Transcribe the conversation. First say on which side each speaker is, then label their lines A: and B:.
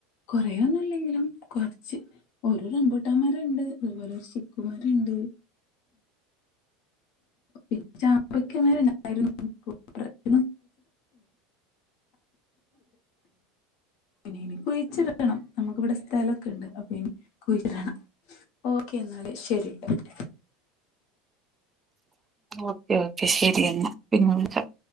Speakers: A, on the left; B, on the right.
A: കുറയൊന്നുംല്ലെങ്കിലും കൊർച്ച് ഒരു റമ്പൂട്ടമരണ്ട് അതുപോലെ ഒരു ചിക്കുമരണ്ട് പിന്നെ ചാമ്പക്ക മരണ്ടായിരുന്നു <unintelligible> <unintelligible> <unintelligible> പിന്നെ എനികുഴിച്ചിടണം നമുക്ക് ഇവിടെ സ്ഥലൊക്കെണ്ട് അപ്പൊ ഇനി കുഴിച്ടണം ഓക്കെ എന്നാല് ശെരിട്ടോ
B: ഓക്കെ ഓക്കെ ശരി എന്നാ പിന്നെ വിളിക്കാം